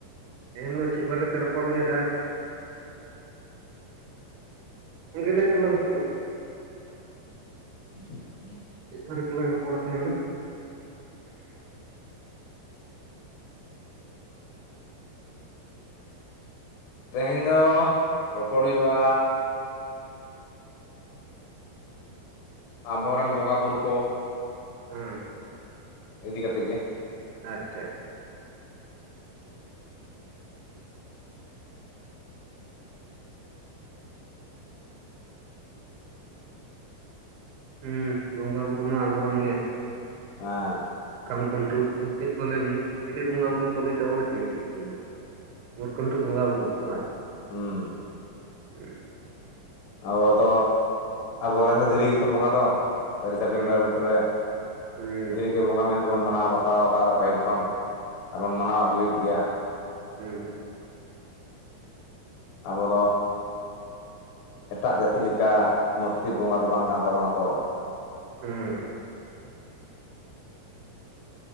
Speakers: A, on the right (about 80°); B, on the left (about 80°).
A: ᱛᱮᱦᱮᱧ ᱫᱚ ᱪᱮᱫ ᱵᱟᱨᱮᱛᱮ ᱨᱚᱯᱚᱲ ᱦᱩᱭᱩᱜᱼᱟ ᱜᱚᱱᱠᱮ ᱞᱟᱹᱭ ᱛᱞᱟᱝ ᱢᱮᱥᱮ ᱡᱟ
B: <inaudible>
A: ᱪᱮᱫ ᱵᱟᱨᱮ ᱛᱮᱞᱟᱝ ᱨᱚᱯᱚᱲᱟ ᱛᱮᱦᱮᱧ ᱫᱚ
B: ᱛᱮᱦᱮᱧ ᱫᱚ ᱨᱚᱯᱚᱲ ᱦᱩᱭᱩᱜᱼᱟ ᱟᱵᱚᱨᱮᱱ ᱵᱚᱸᱜᱟ ᱵᱩᱨᱩ ᱠᱚ
A: ᱦᱩᱸ
B: ᱤᱫᱤ ᱠᱟᱛᱮᱫ ᱜᱮ
A: ᱟᱪᱪᱷᱟ ᱦᱮᱸ ᱵᱚᱸᱜᱟ ᱵᱩᱨᱩ ᱢᱟ ᱟᱵᱚᱨᱮᱱ ᱜᱮ
B: ᱦᱮᱸ
A: ᱠᱷᱟᱢ ᱠᱷᱩᱱᱴᱩᱣ ᱩᱱᱠᱩ ᱪᱤᱞᱤ ᱵᱚᱸᱜᱟ ᱵᱩᱨᱩ ᱠᱚ ᱞᱟᱹᱭ ᱛᱟᱵᱚᱱᱟ ᱦᱤᱲᱤᱧ ᱠᱮᱫ ᱛᱟᱞᱟᱝ ᱤᱧ ᱢᱩᱨᱠᱷᱱᱴᱩ ᱵᱚᱸᱜᱟ ᱵᱩᱨᱩ ᱵᱟᱝ
B: ᱦᱩᱸ
A: <unintelligible>
B: ᱟᱵᱚ ᱫᱚ ᱟᱵᱚᱨᱮᱱ ᱫᱚ ᱫᱷᱤᱨᱤ ᱜᱮᱛᱚ ᱵᱚᱸᱜᱟ ᱫᱚ ᱥᱟᱹᱨᱤ ᱥᱟᱨᱡᱚᱢ
A: ᱦᱩᱸ
B: ᱫᱟᱨᱮ ᱵᱩᱴᱟᱹᱨ ᱨᱮ
A: ᱦᱩᱸ
B: ᱜᱮ ᱵᱚᱸᱜᱟ ᱢᱮᱱ ᱫᱚᱵᱚᱱ ᱢᱟᱱᱟᱣ ᱵᱟᱛᱟᱣ ᱟᱠᱟᱟᱜᱼᱟ ᱯᱟᱹᱦᱤᱞ ᱠᱷᱚᱱ ᱟᱨᱵᱚᱱ ᱢᱟᱱᱟᱣ ᱟᱹᱜᱩᱭᱮᱫ ᱜᱮᱭᱟ
A: ᱦᱮᱸ
B: ᱟᱵᱚ ᱫᱚ ᱮᱴᱟᱜ ᱡᱟᱹᱛᱤ ᱞᱮᱠᱟ ᱢᱩᱨᱛᱤ ᱵᱚᱸᱜᱟ ᱫᱚ ᱵᱟᱝ ᱠᱟᱱ ᱛᱟᱵᱚᱱᱟᱠᱚ
A: ᱦᱩᱸ